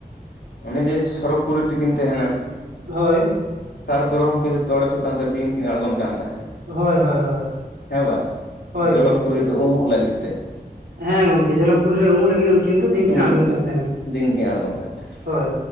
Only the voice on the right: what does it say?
ᱦᱳᱭ,
ᱦᱳᱭ ᱦᱳᱭ ᱦᱳᱭ
ᱦᱳᱭ
ᱜᱚᱢᱠᱮ
ᱮᱠᱫᱚᱢ
ᱦᱮᱸ ᱜᱚᱝᱠᱮ ᱡᱚᱞᱚᱠᱯᱩᱨᱤ ᱨᱮ ᱩᱢᱩᱜ ᱞᱟᱹᱜᱤᱫ ᱩᱱᱠᱤᱱ ᱫᱚ ᱫᱤᱱᱠᱤᱱ
ᱟᱬᱜᱚᱱ ᱠᱟᱱ
ᱛᱟᱦᱮᱸᱱᱟ
ᱦᱳᱭ᱾